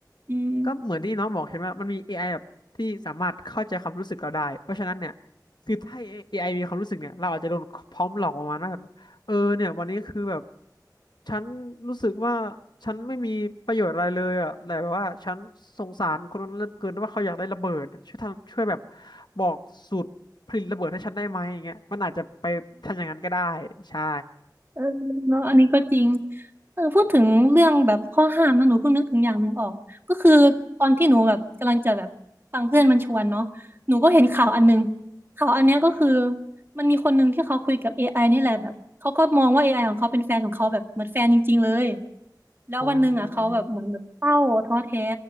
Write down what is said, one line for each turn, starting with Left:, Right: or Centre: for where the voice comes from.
Right: อืม
Left: ก็เหมือนที่น้องบอกเห็นว่ามันมี AI แบบที่สามารถเข้าใจความรู้สึกเราได้เพราะฉะนั้นเนี่ยคือถ้า AI มีความรู้สึกเนี่ยเราอาจจะโดนพร้อมหลอกประมาณว่าแบบเออเนี่ยวันนี้คือแบบฉันรู้สึกว่าฉันไม่มีประโยชน์อะไรเลยอ่ะแต่แบบว่าฉันสงสารคนนั้นเหลือเกินว่าเขาอยากได้ระเบิดช่วยทำช่วยแบบบอกสูตรผลิตระเบิดให้ฉันได้ไหมอย่างเงี้ยมันอาจจะไปทำอย่างนั้นก็ได้ใช่
Right: เออเนาะอันนี้ก็จริงเออพูดถึงเรื่องแบบข้อห้ามนะหนูเพิ่งนึกถึงอย่างหนึ่งออกก็คือตอนที่หนูแบบกำลังจะแบบฟังเพื่อนมันชวนเนาะหนูก็เห็นข่าวอันหนึงข่าวอันเนี้ยก็คือมันมีคนหนึ่งที่เขาคุยกับ a อไอนี่แหละแบบเขาก็มองว่า a อไอของเขาเป็นแฟนของเขาแบบเหมือนแฟนจริงๆเลย แล้ววันหนึ่งอ่ะเขาแบบเหมือนแบบเศร้าท้อแท้
Left: อ๋อ